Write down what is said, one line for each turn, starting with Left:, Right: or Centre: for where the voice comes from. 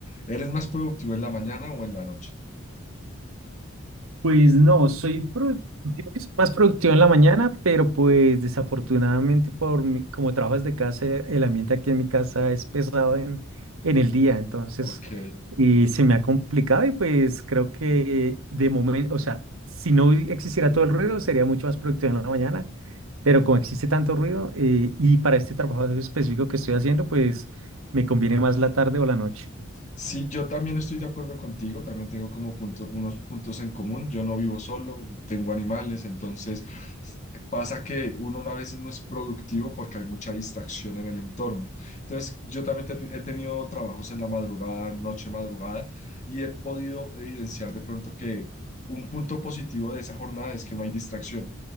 Left: ¿Eres más productivo en la mañana o en la noche?
Right: Pues no, soy, pro- digo que soy más productivo en la mañana, pero pues desafortunadamente por mi- como trabajo desde casa, el ambiente aquí en mi casa es pesado en, en el día, entonces
Left: Ok,
Right: y se me ha complicado y pues creo que de momento, o sea, si no existiera todo el ruido sería mucho más productivo en la mañana, pero como existe tanto ruido eh, y para este trabajo específico que estoy haciendo, pues me conviene más la tarde o la noche.
Left: Sí, yo también estoy de acuerdo contigo, también tengo como punto- unos puntos en común. Yo no vivo solo, tengo animales, entonces s- pasa que uno a veces no es productivo porque hay mucha distracción en el entorno. Entonces, yo también te- he tenido trabajos en la madrugada, noche madrugada, y he podido evidenciar de pronto que un punto positivo de esa jornada es que no hay distracción.